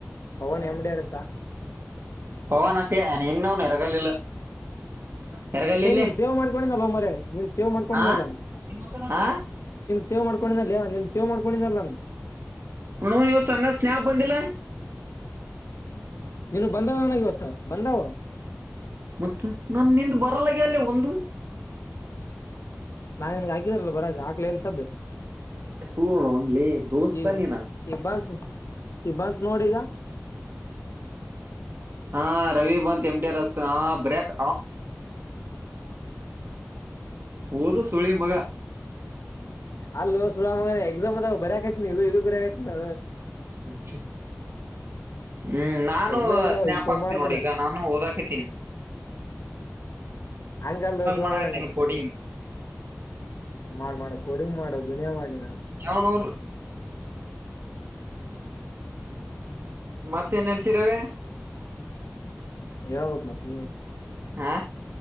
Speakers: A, on the left; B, on the right.
A: Pavan M
B: <unintelligible>
A: D R S
B: Pavan ಅಷ್ಟೇ ಇನ್ನ ಅವ್ನು ಇರಗಾಲಿಲ್ಲ ತಿರಗಲ್ಲಲ್ಲೇ
A: ಏ ನೀನ್ ಸೇವ್ ಮಾಡ್ಕೊಂಡಿದ್ದಲ್ಲ ಮರೆ ನಿನ್ ಸೇವ್ ಮಾಡ್ಕೊಂಡಿದ್ದಲ್ಲ
B: ಆ ಹಾ
A: ಸೇವೆ ಮಾಡ್ಕೊಂಡಿದ ಅೇ ನಿ ಸೇವೆ ಮಾಡ್ಕೊಂಡಿದ್ದಲ್ಲ ನಾನು
B: <unintelligible> ಸ್ನಪ್ ಬಂದಿಲ್ಲ
A: ನಿನ್ಗ್ ಬಂದವ ನನಗೆ ಗತ್ತ ಬಂದಾವ
B: ಮತ್ತ ನಾ ನಿಂದು ಬರಲ್ಲಗೆ ಅಲ್ಲಿ ಒಂದು
A: ನಾನ್ ನಿನ್ಗೆ ಆಗಿದಾರಲ್ಲ ಬರಕ ಆಗ್ಲ ಎಲ್ಸದ್ದು
B: ಸುಳ್ಳಿ ದೋಸ್ತ
A: ಈ
B: ನೀನ
A: ಈ ಬತ್ ಈ ಬಂತ ನೋಡಿಗ
B: ಹಾ ರವಿ ಬತ್ <unintelligible> ರಸ್ ಹ ಬ್ರೇಕ್ ಹಓದು ಸುಳಿ ಮಗ
A: ಅಲ್ಲ ಸು ಮ ಎಕ್ಸಾಮ್ ಅದಾವ ಬರಕೈತ್ನ ಇದು ಇದು ಬರಿಯಕತ್ತಿ ನ
B: ಹ ಹ್ಮ್ ನಾನು
A: ಎಕ್ಸಾಮ್ ಅದಾವ
B: ಸ್ನ್ಯಪ್
A: ಈ ಸೋಮವಾರ
B: ಆಕ್ತೀನಿ ನೋಡಿ
A: ದಿನ
B: ಈಗ ನಾನು ಓದಕತೀನಿ
A: ಆಕಾಲ <unintelligible>
B: ಮಾಡಕತ್ತೀನಿ ಕೋಡಿಂಗ್
A: ಮಾಡ್ ಮಾಡ ಕೊಡಿಂಗ್ ಮಾಡ ದುನಿಯಾ ಮಾಡಿ
B: ಜವನೂರು ಮತ್ತೇ ನಡ್ಸಿರವೇ
A: ಹೇಳಬೇಕು ಮತ್ತೆ ನೀನೆ
B: ಹಾ